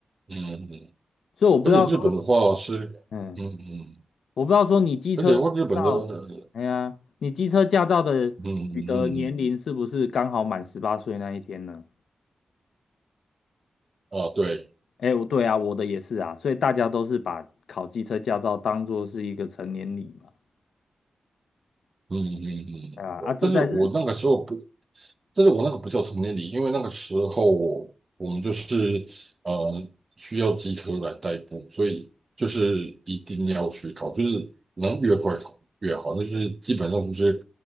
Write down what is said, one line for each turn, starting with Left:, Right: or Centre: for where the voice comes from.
Right: 嗯嗯，
Left: 所以我不知道说，
Right: 而且日本的话是
Left: 嗯，
Right: 嗯嗯，
Left: 我不知道说你机车驾照，
Right: 而且的话日本的嗯
Left: 哎呀，你机车驾照的取得年龄是不是刚好满十八岁那一天呢？
Right: 嗯嗯嗯啊对，
Left: 哎，我对啊，我的也是啊，所以大家都是把考机车驾照当做是一个成年礼嘛。
Right: 嗯嗯嗯，
Left: 啊啊，
Right: 嗯但是我那个时候不。
Left: 这在日，
Right: 但是我那个不叫成年礼，因为那个时候我们就是呃需要机车来代步，所以就是一定要去考，就是能越快考越好。那就是基本上就是